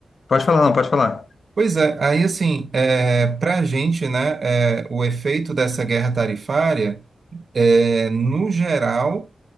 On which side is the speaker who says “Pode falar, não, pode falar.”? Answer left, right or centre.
Left